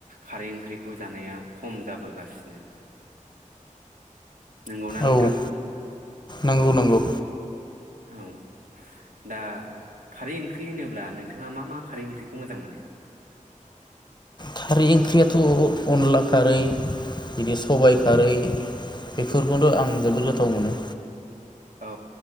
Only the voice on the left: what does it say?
औ नंगौ नंगौ
खारै ओंख्रियाथ' अनला खारै बिदि सबायाइ खारै बेफोरखौनो आं जोबोद गोथाव मोनो